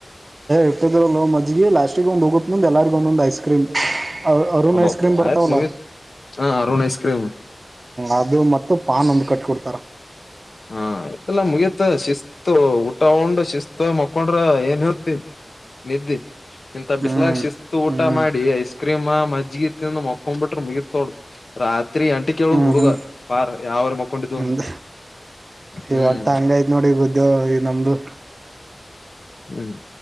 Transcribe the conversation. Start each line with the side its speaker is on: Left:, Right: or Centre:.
Right: ಇಟ್ಟಿದ್ರಲೊ ಮಜ್ಜಿಗೆ ಲಾಸ್ಟಿಗಿ ಒಂದ ಮುಂದ ಎಲ್ಲರ್ಗಿ ಒದೊಂದು ಐಸ್ ಕ್ರೀಮ ಅರುಣ್
Left: ಅಬ್ಬಬ್ಬ
Right: ಐಸ್ ಕ್ರೀಮ್ ಬರ್ತಾವಲ್ಲ
Left: ಆಯ್ತು ಮುಗಿತ್ ಹಾ ಅರುಣ್ ಐಸ್ ಕ್ರೀಮ್
Right: ಅದು ಪಾನ್ ಒಂದು ಕಟ್ ಕೋಡ್ತಾರ
Left: ಹಾ ಆತ್ಲಾ ಮುಗಿತ ಶಿಸ್ತು ಊಟ ಉಂಡ್ ಶಿಸ್ತು ಹೋಗಿ ಮಕೊಂಡ್ರ ಏನ್ ಹೇಳತಿ ನಿದ್ದಿ ಇಂತ
Right: ಹ್ಮ್
Left: ಬಿಸ್ಲಾಕ್ ಶಿಸ್ತು ಊಟ
Right: ಹ್ಮ್
Left: ಮಾಡಿ ಐಸ್ ಕ್ರೀಮ್ ಮತ್ತ ಜಗಿಂದ ಮಕೊಂಡ್ಬಿಟ್ರೆ ಮುಗತೋಡ ರಾತ್ರಿ ತ್ರಿ ಎಂಟಿ ಕೇಳುದ್
Right: ಹ್ಮ್
Left: ಹುಡುಗ
Right: ಹ್ಮ್
Left: ಬಾರ್ ಯಾವಾರ ಮಕ್ಕೊಂಡಿದ್ದುವ
Right: ಹ್ಮ
Left: ಅಂದ್ರ ಹ್ಮ್
Right: ಈ ಹೊಟ್ಟ ಹಂಗ್ಲ ಯತ್ ನೋಡಿ ಗುದ್ದ ಈ ನಮ್ದು
Left: ಹ್ಮ್